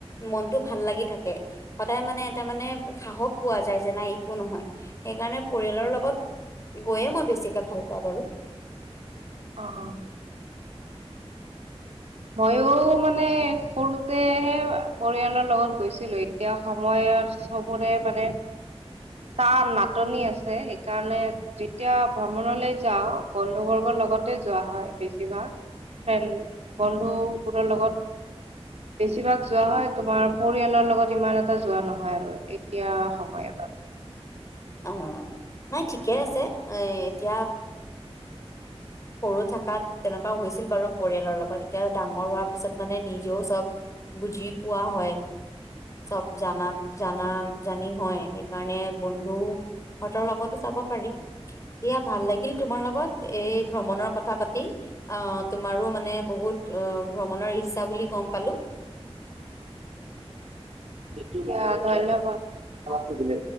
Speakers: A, on the left; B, on the right.
A: মনটো ভাল লাগি থাকে। সদায় মানে এটা মানে সাহস পোৱা যায় যে নাই একো নহয়। সেইকাৰণে পৰিয়ালৰ লগত গৈয়ে মই বেছিকে ভাল পাওঁ বাৰু।
B: অ অ। ময়ো মানে সৰুতেহে পৰিয়ালৰ লগত গৈছিলো। এতিয়া সময়ত সবৰে মানে টান নাটনি আছে। সেইকাৰণে যেতিয়া ভ্ৰমণলৈ যাওঁ বন্ধু বৰ্গৰ লগতে যোৱা হয় বেছিভাগ। ফ্ৰেইণ্ড বন্ধুবোৰৰ লগত, বেছিভাগ যোৱা হয়। তোমাৰ পৰিয়ালৰ লগত ইমান এটা যোৱা নহয় আৰু এতিয়া সময়টাত।
A: অ। নাই ঠিকে আছে। এই এতিয়া, সৰু থকাত তেনেকুৱা হৈছিল বাৰু পৰিয়ালৰ লগত, এতিয়া ডাঙৰ হোৱাৰ পিছত মানে নিজেও চব বুজি পোৱা হয়। চব জানা, জানা জানি হয় সেইকাৰণে বন্ধু হতৰ লগতো চাব পাৰি, দিয়া ভাল লাগিল তোমাৰ লগত। এই ভ্ৰমণৰ কথা পাতি, আহ তোমাৰো মানে বহুত ভ্ৰমণৰ ইচ্ছা বুলি গম পালো,
B: এতিয়া ধন্যবাদ। আৱাজটো
A: অ
B: দিলে।